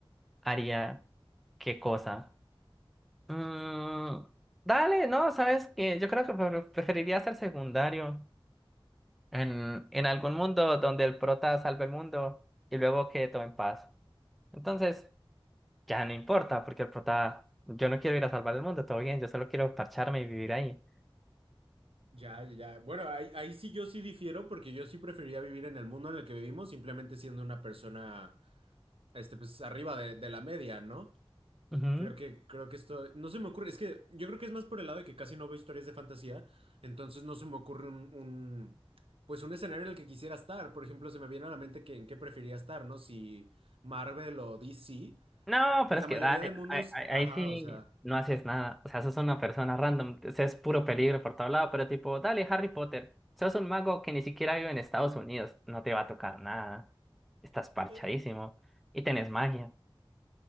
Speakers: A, in the centre; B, on the right (about 80°).
A: haría qué cosa. Mm, dale, no, sabes que yo creo que pre- preferiría ser secundario. en, en algún mundo donde el prota salve el mundo y luego quede todo en paz. Entonces, ya no importa, porque el prota, yo no quiero ir a salvar el mundo, todo bien, yo solo quiero parcharme y vivir ahí.
B: Ya, ya, ya. Bueno, ahí, ahí sí yo sí difiero, porque yo sí preferiría vivir en el mundo en el que vivimos, simplemente siendo una persona, este, pues arriba de de la media, ¿no?
A: Ujú.
B: Creo que, creo que esto, no se me ocurre, es que yo creo que es más por el lado de que casi no veo historias de fantasía, entonces no se me ocurre un, un, pues un escenario en el que quisiera estar, por ejemplo, se me viene a la mente que en qué preferiría estar, ¿no? Si Marvel o DC,
A: No,
B: pues
A: pero es
B: la
A: que
B: mayoría
A: dale,
B: de mundos,
A: ahí, ahí- ahí
B: ajá,
A: sí
B: o sea,
A: no haces nada. O sea, sos una persona random, o sea, es puro peligro por todo lado, pero tipo, dale, Harry Potter, sos un mago que ni siquiera vive en Estados Unidos, no te va a tocar nada, estás parchadísimo
B: eh,
A: y tenés magia.